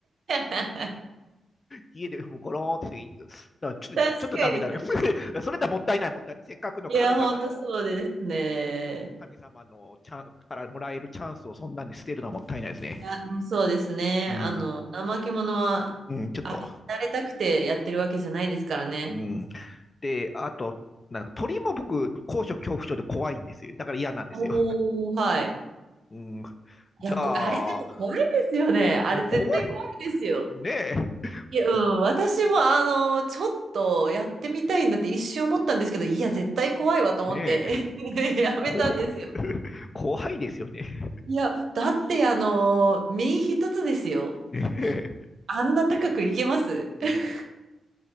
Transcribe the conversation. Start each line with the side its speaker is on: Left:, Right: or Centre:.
Right: <laughs>
Left: 家でもうゴローンってしてだからちょっと、
Right: 確かに。
Left: ちょっとダメだね。<laughs> それだもったいない、もったいない。せっかくの神様の、
Right: いや、ほんとそうですね。
Left: 神様のチャンからもらえるチャンスをそんなんに捨てるのはもったいないですね。
Right: いや、うんそうですね。
Left: うん、
Right: あの、怠け者は、
Left: うんちょっと、
Right: あれになれたくてやってるわけじゃないですからね。
Left: うん。で、あと、なんか鳥も僕、高所恐怖症で怖いんですよ。だから嫌なんですよ。
Right: おー、はい。
Left: うん、じゃあ、
Right: いや、こ、あれでも怖いですよね。あれ絶対怖いですよ。
Left: 怖い。ねえ。
Right: いや、うん、
Left: こ
Right: 私もあの、ちょっとやってみたいなって一瞬思ったんですけど、いや、絶対怖いわと思って
Left: ねえ。
Right: <laughs> やめたんですよ。
Left: こ <laughs> 怖いですよね。
Right: いや、だってあの、身一つですよ。
Left: ねえ
Right: あんな高くいけます
Left: うん。
Right: <laughs>